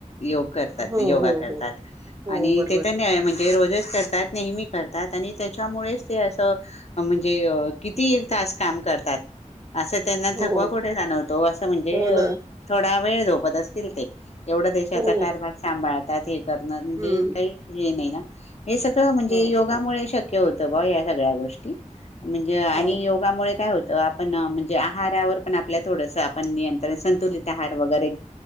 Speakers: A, on the left; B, on the right.
A: योग करतात
B: हो
A: योगा
B: हो
A: करतात
B: हो हो
A: आणि
B: बरोबर
A: तेथ
B: आहे
A: म्हणजे रोजच तात नेहमी करतात आणि त्याच्यामुळेच ते असं म्हणजे किती तास काम करतात असं त्यांना
B: हो
A: थकवा कुठे जाणवतो असं म्हणजे
B: हो ना
A: थोडा वेळ झोपत असतील ते एवढा देशाचा
B: हो.
A: कारभार सांभाळत <unintelligible> कर म्हणजे
B: हम्म
A: काही हे नाही ना हे सगळं म्हणजे
B: हो
A: योगामुळे शक्य होतं भा या सगळ्या गोष्टी म्हणजे आणि
B: हा
A: योगामुळे काय होत आपण म्हणजे आहारावर पण आपल्या थोडस आपण नियंत्रण संतुलित आहार वगैरे